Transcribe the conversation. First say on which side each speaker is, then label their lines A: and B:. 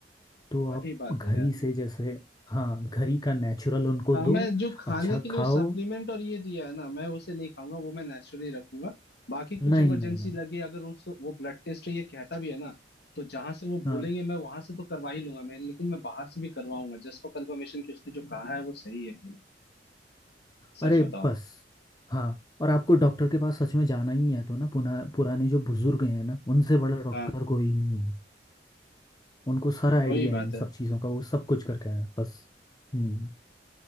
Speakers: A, on the left; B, on the left.
A: तो
B: वही
A: आप
B: बात
A: घर
B: है यार
A: ही से जैसे हाँ घर ही का नेचुरल उनको
B: हाँ
A: दो
B: मैं जो खाने
A: अच्छा
B: के लिए
A: खाओ
B: वो सप्लीमेंट और ये दिया है ना मैं उसे नहीं खाऊंगा वो मैं नेचुरली रखूंगा बाकी कुछ
A: नहीं
B: इमरजेंसी
A: नहीं नहीं
B: लगे अगर उस वो ब्लड टेस्ट ये कहता भी है ना तो जहां से वो
A: हाँ
B: बोलेंगे मैं वहां से तो करवा ही लूंगा मैं लेकिन मैं बाहर से भी करवाऊंगा जस्ट फॉर कंफर्मेशन कि उसने जो कहा है वो सही है कि नहीं। सच
A: अरे
B: बताओ
A: बस
B: तो
A: हाँ और आपको डॉक्टर के पास सच में जाना ही है तो ना पुना पुराने जो बुजुर्ग हैं ना उनसे बड़ा डॉक्टर
B: हाँ
A: कोई नहीं है उनको सारा आइडिया
B: वही
A: है
B: बात
A: इन
B: है
A: सब चीज़ों का वो सब कुछ करके आए हैं बस हम्म